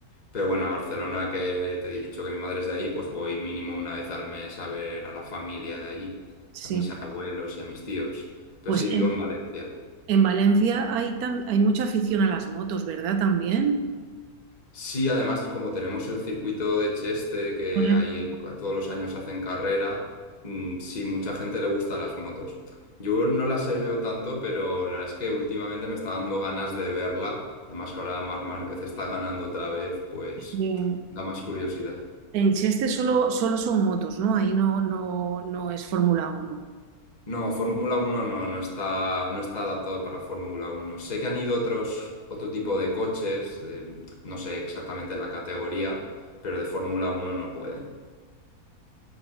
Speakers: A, on the left; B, on the right.
A: Pero bueno, a Barcelona, que te he dicho que mi madre es de ahí, pues voy mínimo una vez al mes a ver a la familia de allí,
B: Sí.
A: a mis abuelos y a mis tíos. Pero
B: Pues
A: sí, vivo
B: en,
A: en Valencia.
B: en Valencia hay, tan hay mucha afición a las motos, ¿verdad? También.
A: Sí, además, como tenemos el circuito de Cheste, que
B: Correcto.
A: ahí todos los años hacen carrera, mm, sí, mucha gente le gusta las motos. Yo no las he veo tanto, pero la verdad es que últimamente me está dando ganas de verla. Además que ahora Marc Márquez está ganando otra vez, pues
B: Sí.
A: da más curiosidad.
B: En Cheste solo, solo son motos, ¿no? Ahí no, no, no es Fórmula uno.
A: No, Fórmula Uno no, no está, no está adaptado para Fórmula Uno. Sé que han ido otros, otro tipo de coches, de- no sé exactamente la categoría, pero de Fórmula Uno no pueden.